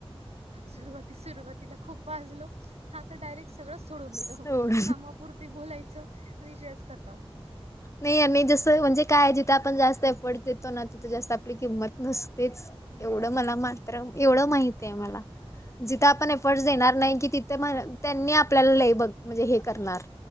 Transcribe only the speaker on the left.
सोड
नाही आणि जसं म्हणजे काय जिथं आपण जास्त एफर्ट देतो ना तिथं जास्त आपली किंमत नसतेच.
एवढं मला मात्र एवढं माहित आहे मला. जिथं आपण
एफर्ट्स
देणार नाही कि तिथे त्यांनी आपल्याला लय बघणार म्हणजे हे करणार.